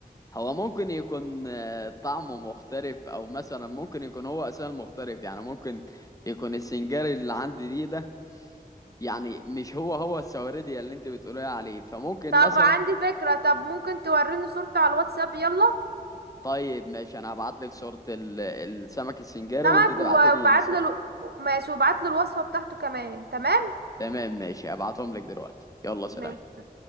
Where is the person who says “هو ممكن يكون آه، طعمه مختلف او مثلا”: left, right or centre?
Left